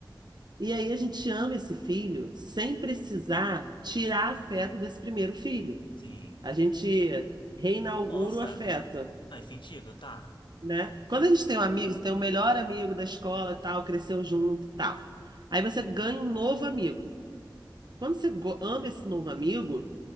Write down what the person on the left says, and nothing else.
Sim.
Nossa,
faz sentido, tá?